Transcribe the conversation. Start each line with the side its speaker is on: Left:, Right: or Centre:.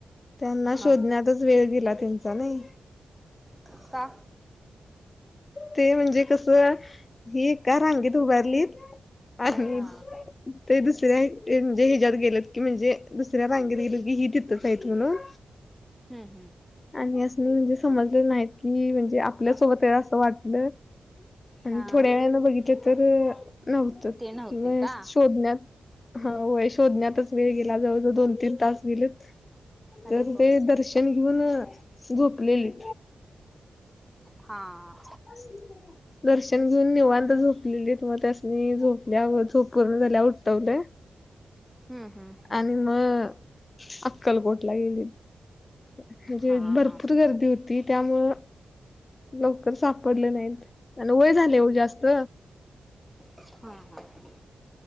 Left: त्यांना शोधण्यातच
Centre: हा
Left: वेळ गेला त्यांचा नाही
Centre: का?
Left: ते म्हणजे कस ही एका रांगेत उभारलीत आणि
Centre: हा
Left: ते दुसऱ्या म्हणजे ह्याच्यात गेलेत की म्हणजे दुसऱ्या रांगेत गेलो की ही इथेच आहेत म्हणून
Centre: हम्म हम्म
Left: आणि असं म्हणजे समजले नाही की म्हणजे आप पल्या सोबत आहे असं वाटलं आणि
Centre: हा
Left: थोड्या
Centre: हा
Left: वेळने बघितलं तर नव्हतं
Centre: ते नव्हते
Left: व
Centre: का?
Left: शोधण्यात हा होय शोधण्यातच वेळ गेला जवळजवळ दोन तीन तास गेलेत
Centre: अरे
Left: तर
Centre: बापरे!
Left: ते दर्शन घेऊन झोपलेले
Centre: हां.
Left: <inaudible> दर्शन घेऊन निवांत झोपलेले मग त्यासनी झोपल्यावर झोप पूर्ण झाल्यावर उठवले ह
Centre: हम्म हम्म.
Left: आणि मग अक्कलकोटला गेली म्हणजे
Centre: हा
Left: भरपूर
Centre: हा
Left: गर्दी होती त्यामुळं लवकर सापडले नाहीत आणि वय झाले ओ जास्त
Centre: हा हा